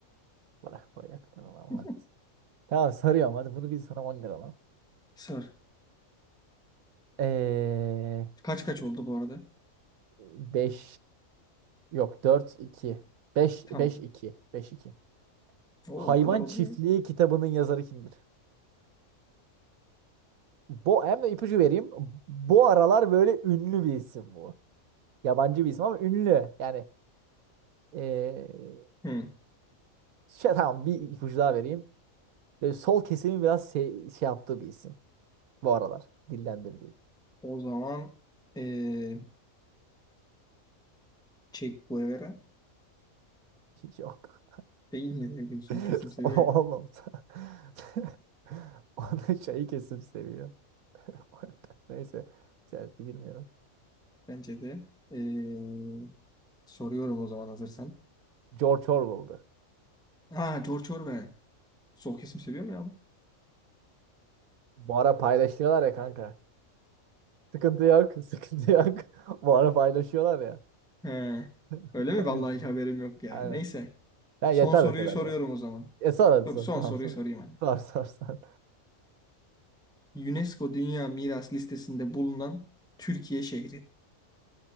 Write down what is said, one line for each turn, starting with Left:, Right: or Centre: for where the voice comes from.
Right: Bırak buraya aklına lan.
Centre: <laughs>
Right: lan. Tamam sarıyorum hadi bunu biz sana on lira lan.
Centre: Sor.
Right: Ee,
Centre: Kaç kaç oldu bu arada?
Right: 5 yok 4 iki beş
Centre: Tamam.
Right: 5 iki 5 2.
Centre: Oo,
Right: Hayvan
Centre: o kadar oldu
Right: Çiftliği
Centre: mu ya?
Right: kitabının yazarı kimdir? Bu hem de ipucu vereyim. Bu aralar böyle ünlü bir isim bu. Yabancı bir isim ama ünlü. Yani ee,
Centre: Hı.
Right: şey, tamam bir ipucu daha vereyim. Böyle sol kesimi biraz şey, şey yaptığı bir isim. Bu aralar dillendirdiği.
Centre: O zaman eee, Che Guevara
Right: <laughs> Yok.
Centre: değil mi? Ne son
Right: <laughs>
Centre: kesim seviye
Right: Oğlum. <laughs> Onu şey kesim seviyor. <laughs> Neyse. Siyasete girmiyorum.
Centre: bence de. Ee, soruyorum o zaman hazırsan.
Right: George Orwell'dı.
Centre: Ha George Orwell. Sol kesim seviyor mu ya?
Right: Bu ara paylaşıyorlar ya kanka. Sıkıntı yok. Sıkıntı yok. <laughs> Bu ara paylaşıyorlar ya.
Centre: He.
Right: <laughs>
Centre: Öyle mi?
Right: O
Centre: Vallahi
Right: yüzden.
Centre: hiç haberim yok ya.
Right: Aynen.
Centre: Neyse.
Right: Ya
Centre: Son
Right: yeter
Centre: soruyu
Right: o kadar
Centre: soruyorum
Right: ya.
Centre: o zaman.
Right: E sor hadi
Centre: Dur
Right: sor.
Centre: son
Right: Tamam
Centre: soruyu
Right: sor.
Centre: sorayım hadi.
Right: Sor sor sor.
Centre: UNESCO Dünya Miras listesinde bulunan Türkiye şehri.